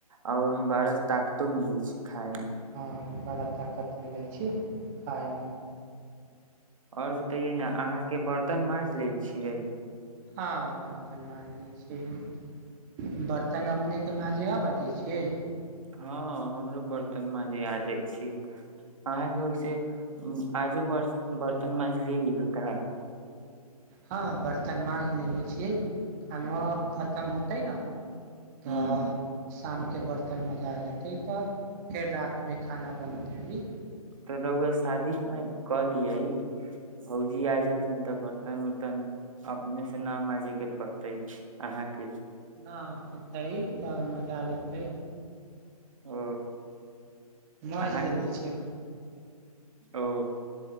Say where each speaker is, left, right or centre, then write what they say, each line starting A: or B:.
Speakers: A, on the right; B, on the right.
A: आ ओमें बड़ा ताकतो मिले छै खाय
B: हँ बड़ा ताकत मिलै छै खायमे
A: आओर तैयि ना अहाँ के बर्तन माँज ले छियै
B: हँ बर्तन माँज ले छै बर्तन अपने के माँज बजै छै
A: हँ हमरो तऽ मजी आ जा छी आ ओहि आजो ब बर्तन माँजलियै इह कह
B: हँ बर्तन माँज ले ले छियै खानो अब खतम होते न
A: ह
B: तऽ शाम के बर्तन मजा जेतै तऽ फेर रातमे खाना बनते ही
A: तो रहुआ शादी क लियै भौजी आ जेथिन तऽ बर्तन उर्तन अपने से न मजे के पड़तै अहाँके
B: नहि होतै त मजा लतै
A: ओ
B: माज
A: अहाँके
B: लेबै छिय
A: ओ